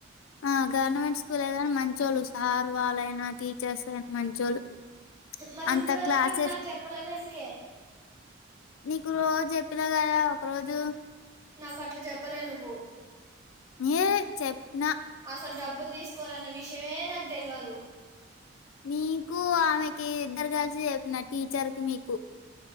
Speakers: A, on the left; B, on the right.
A: ఆ గవర్నమెంట్ స్కూలే గని మంచోళ్ళు సార్ వాళ్ళైనా టీచర్స్ అయినా మంచోళ్ళు
B: మరి
A: అంత
B: ఇన్ని రోజుల
A: క్లాసెస్
B: క నుంచి నాక్ జేప్పలేవు ఎందుకే
A: నీకు రోజ్ జేప్పిన గదా ఒక రోజు
B: నాకట్ల జేప్పలె నువ్వు
A: ఏ చెప్పిన
B: అసల్ డబ్బులు దీస్కోరన్న విషయమే నాక్ దేల్వదు
A: నీకు ఆమెకి ఇద్దరు గలిసి చెప్పిన టీచర్ కి మీకు